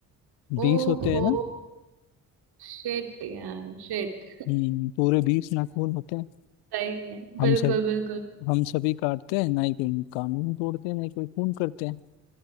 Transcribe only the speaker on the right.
ओहो
शिट यार शिट
सही है
बिल्कुल
बिल्कुल